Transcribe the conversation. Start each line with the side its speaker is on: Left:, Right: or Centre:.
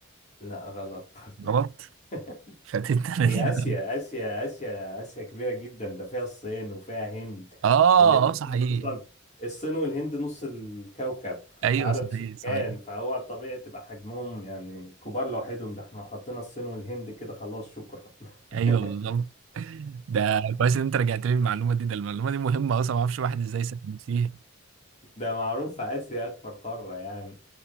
Left: لا غلط
Right: غلط
Left: <laughs>
Right: فاتتنا أنا
Left: هي
Right: دي <laughs> لا
Left: اسيا اسيا اسيا اسيا كبيرة جدا ده فيها الصين وفيها هند
Right: اه
Left: الاتنين
Right: اه صحيح
Left: دول اصلا الصين والهند نص الكوكب
Right: أيوه
Left: كعدد
Right: صحيح
Left: سكان
Right: صحيح
Left: فهو طبيعي تبقى حجمهم يعني كبار لوحدهم ده احنا لو حطينا الصين والهند كده خلاص شكرا <laughs>
Right: ايوه بالظبط ده كويس ان انت رجعت لي المعلومه دي ده المعلومه دي مهمه اصلا ما اعرفش الواحد ازاي ساكن فيه
Left: ده معروف اسيا اكبر قارة يعني